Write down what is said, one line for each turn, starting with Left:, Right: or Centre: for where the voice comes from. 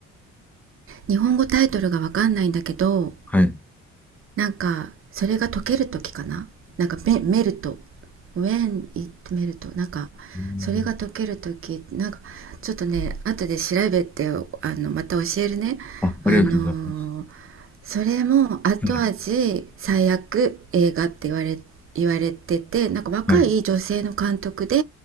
Right: 日本語タイトルがわかんないんだけど
Centre: はい。はい
Right: なんかそれが解ける時かななんかメメルト When it メルトなんか
Centre: うん
Right: それが解ける時なんかちょっとね後で調べてあのまた教えるねあのー
Centre: あ、ありがとうございます。
Right: それも後味最悪映画って言われ言われててなんか若い女性の監督で
Centre: はい。はい。